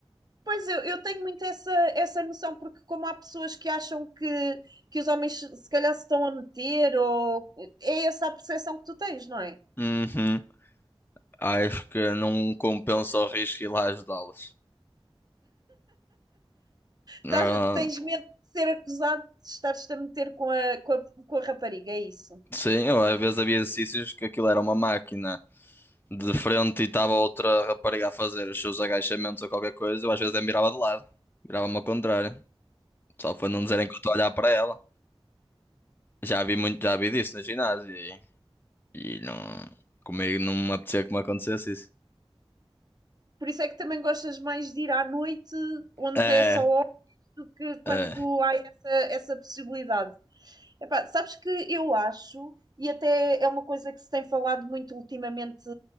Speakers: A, on the right; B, on the left.
A: Pois eu, eu tenho muito essa, essa noção, porque como há pessoas que acham que, que os homens se calhar se estão a meter, ou é essa a percepção que tu tens, não é?
B: Uhum. Acho que não compensa o risco ir lá ajudá-los. Ah,
A: Tá- tens medo de ser acusado de estares-te a meter com a, com a, com a rapariga, é isso.
B: sim, eu, às vezes havia exercícios que aquilo era uma máquina de frente e estava outra rapariga a fazer os seus agachamentos ou qualquer coisa, eu às vezes me virava de lado, virava-me ao contrário, só para não dizerem que eu estou a olhar para ela. Já vi muito, já vi disso no ginásio e, e não, comigo não me apetecia que me acontecesse isso.
A: Por isso é que também gostas mais de ir à noite, onde
B: É,
A: é só homens, do que quando
B: é,
A: há essa, essa possibilidade. Epá, sabes que eu acho, e até é uma coisa que se tem falado muito ultimamente,